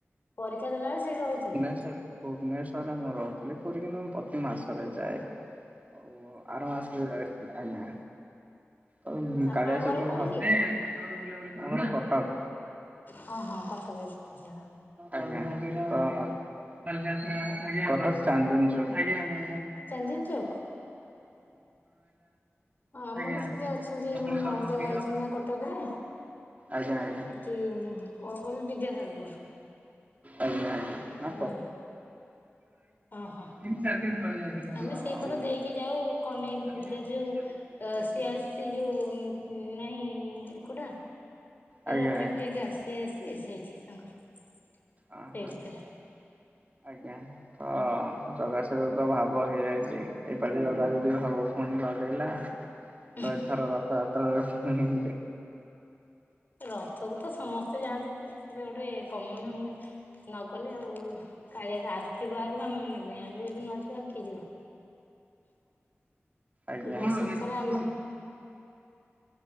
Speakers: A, on the left; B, on the right.
A: ପରୀକ୍ଷା ଦେଲାବେଳେ ସେ ରହୁଥିଲେ?
B: ଭୁବନେଶ୍ଵରରେ ମୁଁ ରହୁଥିଲି ପୁରୀ କିନ୍ତୁ ମୁଁ ପ୍ରତି ମାସରେ ଯାଏ। ଆଉ ଆର ମାସରେ ବି ଯାଇଥିଲି ଆଜ୍ଞା ହଉ
A: ଆପଣଙ୍କ
B: କାଳିଆ
A: ଘର
B: ସହିତ
A: କୋଉଠି
B: ଭାବ
A: କି?
B: <unintelligible> ଆମର କଟକ।
A: ହଁ ହଁ କଟକ ଯିବ। କହିଲେ ବା।
B: ଆଜ୍ଞା ଅ କଟକ ଚାନ୍ଦିନୀ ଚୌକ ଆଜ୍ଞା।
A: ଚାନ୍ଦିନୀ ଚୌକ ହଁ ଆମର
B: ଆଜ୍ଞା
A: ସେଠି ଅଛନ୍ତି
B: ଧବଳେଶ୍ୱର
A: ମୋ ନଣନ୍ଦ
B: ମନ୍ଦିର
A: ବାହା ହେଇଛନ୍ତି ନା କଟକରେ
B: ଆଜ୍ଞା ଆଜ୍ଞା।
A: ଟି କଣ କଇଲ ବିଦ୍ୟାଧରପୁର।
B: ଆଜ୍ଞା ଆଜ୍ଞା।
A: ହୁଁ ଓହୋ
B: ତିନି ଚାରି ଦିନ ତଳେ ଯାଇଥିଲୁ
A: ଆମେ
B: ଆଉ
A: ସେଇପଟ ଦେଇକି ଯାଉ କନେଇ
B: ଫ୍ୟାମିଲି
A: ପୁର ବିଦ୍ୟା
B: ଆସିଥିଲେ
A: ଯଉ
B: ଫ୍ୟାମିଲିକୁ
A: ଅ
B: ନେଇ ଯାଇଥିଲୁ
A: ସିଆରସିି
B: ଆଉ।
A: ଯୋଉ ଉ ନାହିଁ <unintelligible> କୋଉଠା ତାର
B: ଆଜ୍ଞା
A: ଫ୍ୟାକ୍ଟ୍ରି
B: ଆଜ୍ଞା ଆଜ୍ଞା
A: ଟା ସିଏ ସିଏ ସେଇଠି ତାଙ୍କର
B: ଓହୋ
A: ସେଇ ଭିତରେ।
B: ଆଜ୍ଞା। ହଁ ଜଗା ସହିତ ତ ଭାବ ହେଇଯାଇଛି ଏପାଳି ଜଗା ଯଦି ଭାବ ଫୁଣି ଲଗେଇଲା
A: <inaudible>
B: ତ ଏଥର ରଥଯାତ୍ରାରେ ପୁଣି
A: ରଥକୁ ତ ସମସ୍ତେ ଯାଆନ୍ତି ପୁରୀ ସେଟା ଗୋଟେ କମନ ହେଇଗଲା ନଗଲେ ଆଉ କାଳିଆ ଆସିଛି ବାହାରକୁ ଆାମ ମାନଙ୍କ ପାଇଁ ଆମେ ଯଦି ନ ଯିବା କି ଯିବ।
B: ଆଜ୍ଞା।
A: ଏ ବର୍ଷକୁ
B: <unintelligible>
A: ଥରେ ଆମ